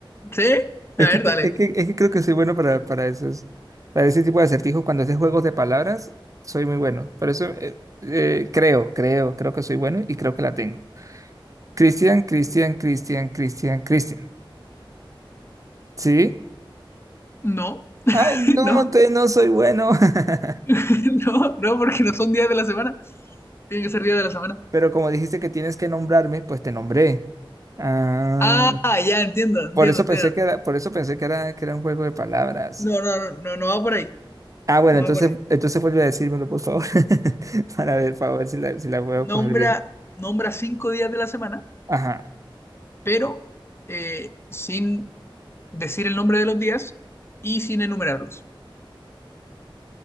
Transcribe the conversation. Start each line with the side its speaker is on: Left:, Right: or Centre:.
Left: ¿Sí?
Right: Es
Left: A
Right: que,
Left: ver,
Right: que-
Left: dale.
Right: es que, es que creo que soy bueno para, para esos, para ese tipo de acertijos. Cuando es de juegos de palabras, soy muy bueno. Por eso eh, eh, creo, creo, creo que soy bueno y creo que la tengo. Cristian, Cristian, Cristian, Cristian, Cristian. ¿Sí?
Left: No,
Right: Ay,
Left: <laughs>
Right: no,
Left: no,
Right: te no soy bueno. <laughs>
Left: <laughs> no, no, porque no son días de la semana. Tienen que ser días de la semana.
Right: Pero como dijiste que tienes que nombrarme, pues te nombré. Ah,
Left: Ah, ya entiendo, entiendo,
Right: por eso
Left: entiendo.
Right: pensé que era, por eso pensé que era, que era un juego de palabras.
Left: No, no, no, no, no va por ahí.
Right: Ah, bueno,
Left: No
Right: entonces,
Left: va por ahí.
Right: entonces vuelve a decírmelo, por favor, <laughs> para ver, para ver si la, si la puedo
Left: Nombra,
Right: coger bien.
Left: nombra cinco días de la semana,
Right: Ajá.
Left: pero eh, sin decir el nombre de los días y sin enumerarlos.